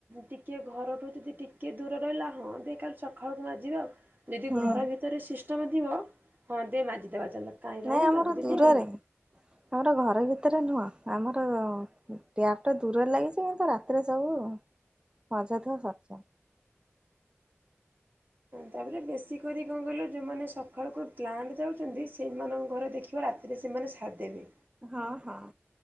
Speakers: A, on the right; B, on the right.
A: ଟିକେ ଘରଠୁ ଯଦି ଟିକେ ଦୂର ରହିଲା ହଁ ଦେ କା। ସଖାଳୁକୁ ମାଜିବା ଆଉ, ଯଦି
B: ହୁଁ
A: ଘର ଭିତରେ ସିଷ୍ଟମ୍ ଥିବ ଦେ ମାଜିଦବା ଚାଲ। କାହିଁ ରହିବି
B: ନାଇଁ ଆମର
A: ମାଜିଦେବି
B: ଦୂରରେ।
A: ଆଉ।
B: ଆମର ଘର ଭିତରେ ନୁହଁ, ଆମର ଟ୍ୟାପ ଟା ଦୂରରେ ଲାଗିଚି କିନ୍ତୁ ରାତି। ରାତିରେ ସବୁ ମଜା ଧୁଆ ସରିଯାଏ।
A: ତାପରେ ବେଶୀ କରି କଣ କହିଲ? ଯେଉଁମାନେ ସକାଳୁକୁ ଗ୍ଲାଣ୍ଟ ଯାଉଚନ୍ତି ସେଇମାନଙ୍କ ଘରେ ଦେଖିବ ରାତି। ରାତିରେ ସେମାନେ ସାରି ଦେବେ।
B: ହଁ ହଁ।